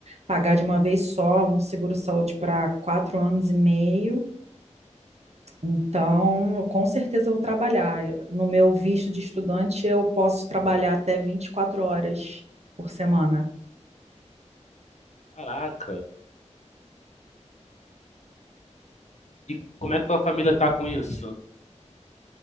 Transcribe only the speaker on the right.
pagar de uma vez só, um seguro-saúde para quatro anos e meio. Então, eu com certeza eu vou trabalhar. No meu visto de estudante, eu posso trabalhar até vinte e quatro horas por semana.